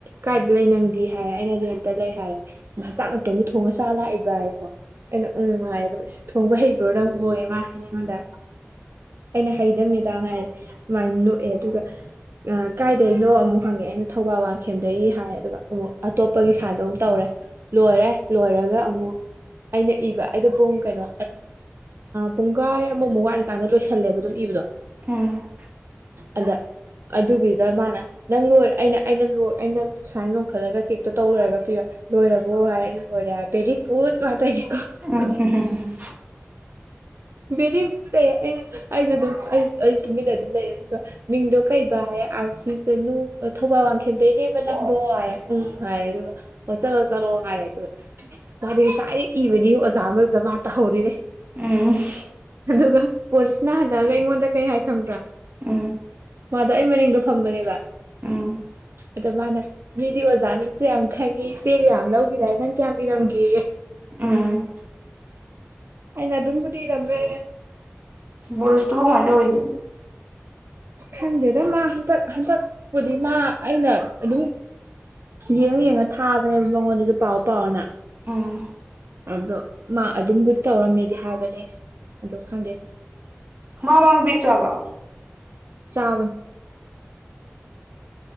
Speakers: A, on the right (about 60°); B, on the right (about 40°).
A: ꯀꯥꯏꯗ ꯂꯩ ꯅꯪꯒꯦ ꯍꯥꯏꯔꯦ ꯑꯩꯅ ꯂꯩ ꯍꯥꯏꯔꯦ ꯃꯆꯥꯛ ꯅꯇꯣꯝꯒꯤ ꯊꯣꯡꯉ ꯆ ꯂꯥꯛꯏꯕ ꯍꯥꯏꯔꯦꯀꯣ ꯑꯩꯅ ꯎ ꯉꯥꯏꯗꯣ ꯊꯣꯡꯕ ꯍꯩꯕ ꯍꯩꯕꯔꯣ ꯅꯪꯕꯨꯌꯦ ꯍꯥꯏꯡꯉꯣꯟꯗ ꯑꯩꯅ ꯍꯩꯗ ꯃꯦꯃ ꯍꯥꯏꯔꯦ ꯑꯗꯨꯃꯥꯏꯅ ꯅꯣꯛꯑꯦ ꯑꯗꯨꯒ ꯀꯥꯏꯗꯒꯤꯅꯣ ꯑꯃꯨꯛ ꯍꯪꯉꯦ ꯑꯩꯅ ꯊꯧꯕꯥꯜ ꯋꯥꯡꯈꯦꯝꯗꯒꯤ ꯍꯥꯏꯔ ꯑꯗꯨꯒ ꯑꯃꯨꯛ ꯑꯇꯣꯞꯄꯒꯤ ꯑꯗꯨ ꯇꯧꯔꯦ ꯂꯣꯏꯔꯦ ꯂꯣꯏꯔꯒ ꯑꯃꯨꯛ ꯑꯩꯅ ꯏꯕ ꯑꯩꯗꯣ ꯄꯨꯡ ꯀꯩꯅꯣ ꯄꯨꯡ ꯀꯥꯏ ꯑꯃꯃꯨꯛ ꯋꯥꯠꯂꯤꯀꯥꯟꯗ ꯂꯣꯏꯁꯜꯂꯦꯕ ꯑꯗꯨꯝ ꯏꯕꯗꯣ
B: ꯎꯝ
A: ꯑꯗ ꯑꯗꯨꯒꯤꯗ ꯃꯥꯅ ꯅꯪ ꯂꯣꯏ ꯑꯩꯅ ꯑꯩꯅ ꯂꯣꯏ ꯑꯩꯅ ꯁꯨꯃꯥꯏꯅ ꯂꯣꯈꯠꯂꯒ ꯆꯦꯛꯇꯣ ꯇꯧꯔꯨꯔꯒ ꯂꯣꯏꯔꯕꯣ ꯍꯥꯏꯔꯅ ꯂꯣꯏꯔꯦꯔ ꯕꯦꯔꯤ ꯒꯨꯗ ꯋꯥꯇꯅꯦ
B: ꯎꯝ꯫
A: ꯕꯦꯔꯤꯕꯒꯨ ꯂꯩ ꯑꯩꯩꯅ ꯑꯩꯁꯨ ꯑꯗꯨꯝ ꯑꯩ ꯑꯩ ꯇꯨꯃꯤꯟꯅ ꯑꯗꯨꯝ ꯂꯩꯔꯦ ꯑꯗꯨꯒ ꯃꯤꯡꯗꯣ ꯀꯩꯕ ꯍꯥꯏꯔꯦ ꯑꯥꯔ ꯁꯤ ꯆꯅꯨ ꯊꯧꯕꯥꯜ ꯋꯥꯡꯈꯦꯝꯗꯩꯅꯦꯕ ꯅꯪꯗꯣ ꯍꯥꯏꯔꯦ ꯎꯝ ꯍꯥꯏꯔꯦ ꯑꯗꯨꯒ ꯑꯣ ꯆꯠꯂꯣ ꯆꯠꯂꯣ ꯍꯥꯏꯔꯦ ꯑꯗꯨ ꯃꯥꯗꯤ ꯉꯁꯥꯏꯗꯤ ꯏꯕꯅꯤ ꯑꯣꯖꯥ ꯑꯃ ꯑꯣꯖꯥ ꯃꯥ ꯇꯍꯧꯔꯤꯅꯦꯦ
B: ꯑ
A: ꯑꯗꯨꯒ ꯄꯣꯔꯤꯁꯅ ꯍꯜꯂꯛꯑꯒ ꯑꯩꯉꯣꯟꯗ ꯀꯩ ꯍꯥꯏ ꯈꯪꯕ꯭ꯔꯥ
B: ꯎꯝ
A: ꯃꯥꯗꯣ ꯑꯩ ꯃꯅꯤꯡꯗꯣ ꯐꯝꯕꯅꯦꯕ
B: ꯎꯝ
A: ꯑꯗ ꯃꯥꯅ ꯃꯤꯗꯤ ꯑꯣꯖꯥꯅꯁꯨ ꯌꯥꯝ ꯍꯪꯉꯤ ꯏꯆꯦ ꯀꯌꯥꯝ ꯂꯧꯒꯗꯥꯏ ꯅꯪ ꯀꯌꯥꯝ ꯏꯔꯝꯒꯦ
B: ꯎꯝ
A: ꯑꯩꯅ ꯑꯗꯨꯝꯕꯨꯗꯤ ꯏꯔꯝꯃꯦ
B: ꯣꯔꯁꯇꯨ ꯍ ꯃꯃꯥꯏ ꯇ ꯑꯣꯏꯒ
A: ꯈꯗꯦꯅ ꯃꯥ ꯍꯟꯇꯛ ꯍꯟꯇꯛꯕꯨꯗꯤ ꯃꯥ ꯑꯩꯅ ꯑꯗꯨ ꯌꯦꯡꯉ ꯌꯦꯡꯉ ꯊꯥꯕꯅꯦꯕ ꯃꯉꯣꯟꯗꯁꯨ ꯄꯥꯎ ꯄꯥꯎꯅ
B: ꯎꯝ
A: ꯑꯗꯣ ꯃꯥ ꯑꯗꯨꯝꯕꯨꯗꯤ ꯇꯧꯔꯝꯃꯦꯗꯤ ꯍꯥꯏꯕꯅꯦ ꯑ ꯈꯪꯗꯦ
B: ꯃꯥ ꯂꯉ ꯠꯇꯕ꯭ꯔꯣ
A: ꯆꯥꯕ